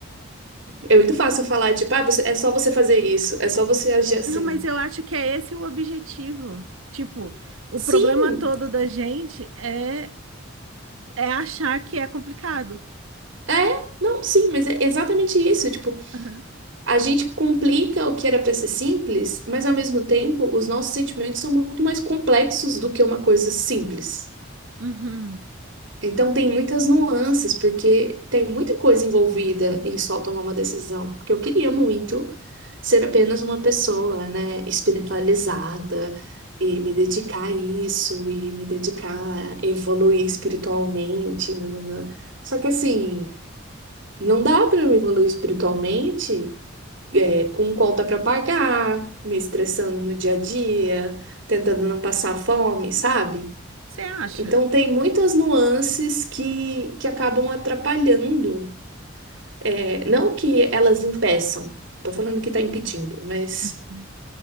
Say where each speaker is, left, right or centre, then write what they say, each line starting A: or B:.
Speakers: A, on the right; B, on the right.
A: É muito fácil falar, tipo, ah, você, é só você fazer isso, é só você agir assim.
B: Não, mas eu acho que é esse o objetivo. Tipo, o
A: Sim,
B: problema todo da gente é, é achar que é complicado.
A: é, não, sim, mas é exatamente isso. Tipo,
B: Aham.
A: a gente complica o que era pra ser simples, mas ao mesmo tempo os nossos sentimentos são muito mais complexos do que uma coisa simples.
B: Uhum.
A: Então tem muitas nuances, porque tem muita coisa envolvida em só tomar uma decisão. Porque eu queria muito ser apenas uma pessoa, né, espiritualizada e me dedicar a isso e me dedicar a evoluir espiritualmente. nananã. Só que assim, não dá para eu evoluir espiritualmente é, com conta para pagar, me estressando no dia a dia, tentando não passar fome, sabe?
B: Você acha?
A: Então, tem muitas nuances que, que acabam atrapalhando. É, não que elas impeçam, estou falando que está impedindo, mas
B: Uhum.